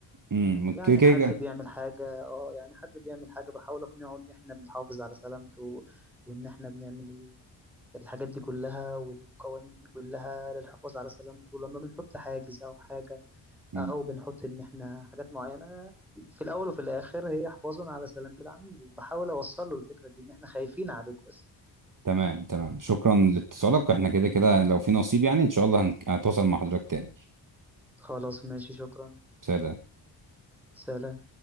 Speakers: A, on the right; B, in the centre.
A: امم
B: يعني
A: كده
B: حد
A: كده
B: بيعمل حاجة اه يعني حد بيعمل حاجة بحاول اقنعه ان احنا بنحافظ على سلامته وان احنا بنعمل ال- الحاجات دي كلها والقوانين دي كلها للحفاظ على سلامته لما بنحط حاجز او حاجة
A: امم
B: او بنحط ان احنا حاجات معينه في الاول وفي الاخر هي حفاظا على سلامه العميل بحاول اوصل له الفكره دي ان احنا خايفين عليك بس
A: تمام تمام شكرا لاتصالك احنا كده كده لو في نصيب يعني ان شاء الله هنك- هتواصل مع حضرتك تاني
B: خلاص ماشي شكرا
A: سلام
B: سلام